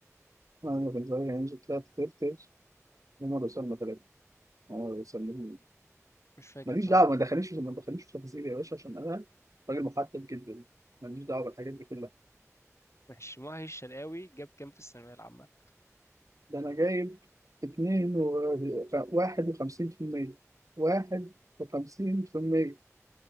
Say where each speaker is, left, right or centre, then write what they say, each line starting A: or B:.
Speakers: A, on the right; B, on the left.
A: انا كنت صغير يعني طلعت ترتر هم وصلنا ثلاثة هم وصلنا
B: مش فاكر
A: ماليش
B: بصراحه
A: دعوة ما دخلنيش ما دخلنيش في تفاصيل يا باشا عشان انا راجل محدد جدا ماليش دعوة بالحاجات دي كلها
B: ماشي محي الشرقاوي جاب كام في الثانويه العامه
A: ده انا جايب اتنين و... واحد وخمسين في المية واحد وخمسين في المية